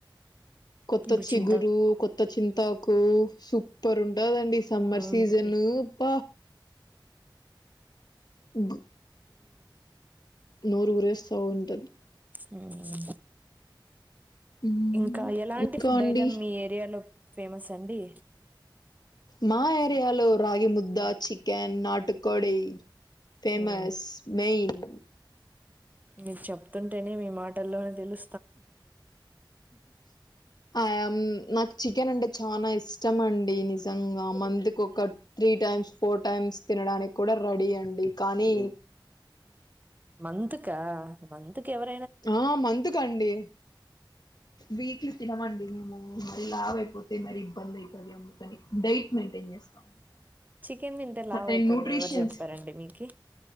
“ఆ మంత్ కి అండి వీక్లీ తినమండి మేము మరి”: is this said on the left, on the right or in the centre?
Left